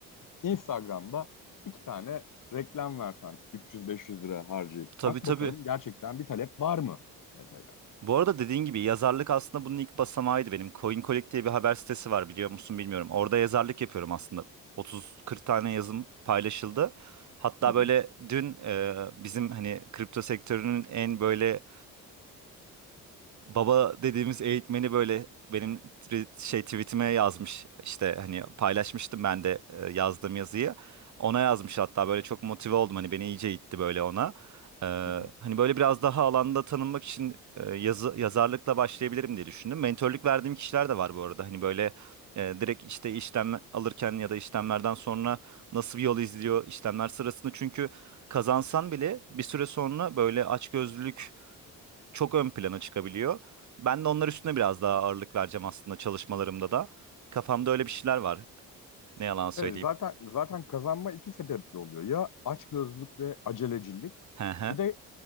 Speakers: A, on the left; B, on the right.
A: Instagram'da iki tane reklam versen 300-500 lira harcayıp
B: Tabii
A: bak
B: tabii.
A: bakalım gerçekten bir talep var mı mesela?
B: Bu arada dediğin gibi yazarlık aslında bunun ilk basamağıydı benim. CoinColic diye bir haber sitesi var biliyor musun bilmiyorum. Orada yazarlık yapıyorum aslında. 30-40 tane yazım paylaşıldı. Hatta
A: Hı hı,
B: böyle dün e, bizim hani kripto sektörünün en böyle baba dediğimiz eğitmeni böyle benim tri- şey tweetime yazmış işte hani paylaşmıştım ben de e, yazdığım yazıyı ona yazmış hatta böyle çok motive oldum hani beni iyice itti böyle ona Ee,
A: hı hı.
B: hani böyle biraz daha alanda tanınmak için e, yazı yazarlıkla başlayabilirim diye düşündüm mentörlük verdiğim kişiler de var bu arada hani böyle e, direkt işte işlem alırken ya da işlemlerden sonra nasıl bir yol izliyor işlemler sırasında çünkü kazansan bile bir süre sonra böyle açgözlülük çok ön plana çıkabiliyor. Ben de onlar üstüne biraz daha ağırlık vereceğim aslında çalışmalarımda da. Kafamda öyle bir şeyler var. Ne yalan söyleyeyim.
A: Evet, zaten zaten kazanma iki sebeple oluyor. Ya açgözlülük ve acelecilik.
B: Hı hı.
A: Bir de